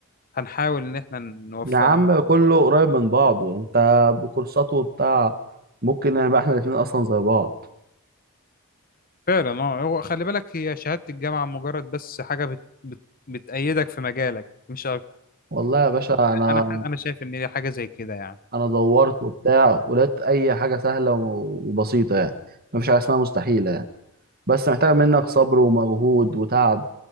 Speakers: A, on the left; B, on the right.
A: هنحاول ان احنا نوفقها
B: يا عم
A: مع
B: كله
A: بعض
B: قريب من بعضه انت بكورسات وبتاع ممكن نبقى احنا الاتنين اصلا زي بعض
A: فعلا اه هو خلي بالك هي شهاده الجامعه مجرد بس حاجه بت... بت... بتأيدك في مجالك مش أكتر.
B: والله يا باشا انا
A: انا انا شايف ان هي حاجه زي كده يعني
B: انا دورت وبتاع ولقيت اي حاجه سهله و- وبسيطه يعني مفيش حاجه اسمها مستحيله يعني بس محتاجه منك صبر ومجهود وتعب